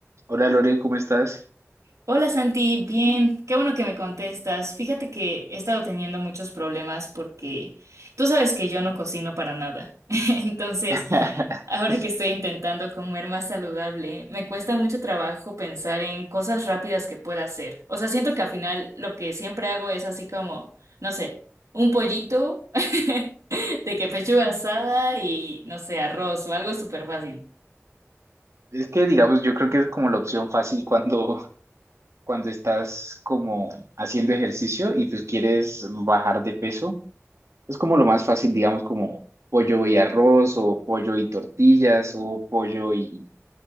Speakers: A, on the right (about 65°); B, on the right (about 80°).
A: Hola Lore, ¿cómo estás?
B: Hola Santi, bien, qué bueno que me contestas. Fíjate que he estado teniendo muchos problemas porque tú sabes que yo no cocino para nada. <laughs> Entonces,
A: <laughs>
B: ahora que estoy intentando comer más saludable, me cuesta mucho trabajo pensar en cosas rápidas que pueda hacer. O sea, siento que al final lo que siempre hago es así como, no sé, un pollito <laughs> de que pechuga asada y, no sé, arroz o algo súper fácil,
A: Es que digamos, yo creo que es como la opción fácil cuando, <laughs> cuando estás como haciendo ejercicio y pues quieres bajar de peso. Es como lo más fácil, digamos, como pollo y arroz o pollo y tortillas o pollo y...